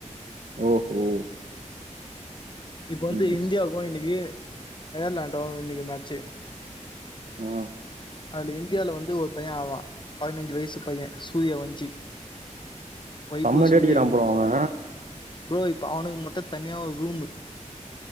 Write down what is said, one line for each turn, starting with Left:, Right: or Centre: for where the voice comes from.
Right: ஓஹோ
Left: இப்ப வந்து
Right: ம்
Left: இந்தியாவுக்கு இன்னைக்கு அயர்லாண்டோ இன்னைக்கு மேட்சு
Right: ஆ
Left: அதுல இந்தியால வந்து ஒரு பையன் ஆடறான் பதினஞ்சு வயசு பையன் சூர்யா வஞ்சி வைபோ
Right: செம்ம அடி
Left: சூரிய
Right: அடிக்கிறா
Left: வஞ்ச்
Right: ப்ரோ அவ
Left: ப்ரோ இப்ப அவனுக்கு மட்டு தனியா ஒரு ரூமு